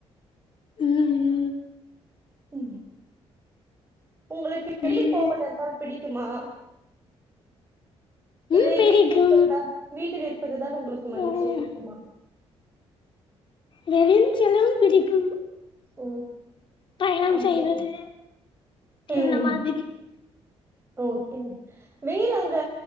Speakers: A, on the left; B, on the right.
A: உம் ம்
B: உம் உங்களுக்கு வெளியில்
A: வேற
B: போவதென்றால் பிடிக் க்கிமா இல்லை
A: ம் பிடிக்கும்
B: வீட்டில் இருப்பது தான் வீட்டில் இருப்பது தான் உங்களுக்கு மகிழ்ச்சியை
A: ம்
B: கொடுக்குமா
A: வெளியில் செல்லவும் பிடிக்கும்
B: ம்
A: பயணம்
B: அப்படி
A: செய்வது
B: ம்
A: இந்த மாதிரி
B: ஓகே வெயில் அங்க